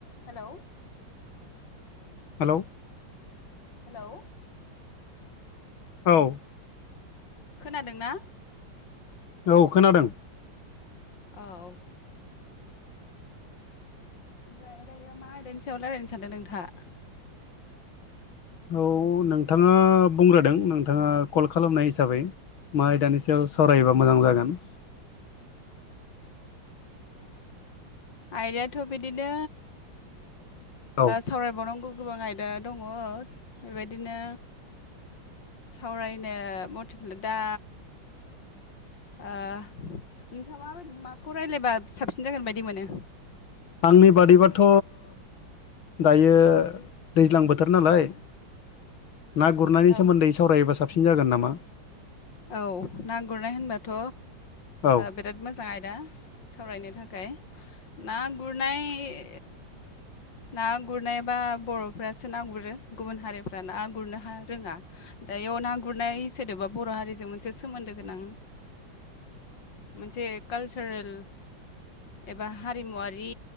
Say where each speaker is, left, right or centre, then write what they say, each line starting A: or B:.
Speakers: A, on the left (about 65°); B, on the left (about 80°).
A: Hello
B: hello
A: hello
B: औ
A: खोनादोंना
B: औ खोनादों
A: औ ओमफ्राय दायो मा आयदानि सायाव रायलायनो सानदों नोंथाङा
B: औ नोंथाङा बुंग्रोदों नोंथाङा कल खालामनाय हिसाबै मा आयदानि सायाव सावरायोबा मोजां जागोन
A: आयदायाथ बिदिनो
B: औ
A: सावरायबावनांगौ गोबां आयदा दङ बेबायदिनो सावरायनो मटिभ दा नोंथाङा माबायदि माखौ रायज्लायबा साबसिन जागोन बायदि मोनो
B: आंनि बादिबाथ' दायो दैज्लां बोथोर नालाय ना गुरनायनि
A: औ
B: सोमोन्दै सावरायोबा साबसिन जागोन नामा
A: औ ना गुरनाय होनबाथ'
B: औ
A: बिराद मोजां आदा सावरायनो थाखाय ना गुरनाय ना गुरनायबा बर'फ्रासो ना गुरो गुबुन हारिफ्रा ना गुरनो हा रोङा दायाव ना गुरनाय सोदोबा बर' हारि जों मोनसे सोमोन्दो गोनां मोनसे कालसारेल एबा हारिमुवारि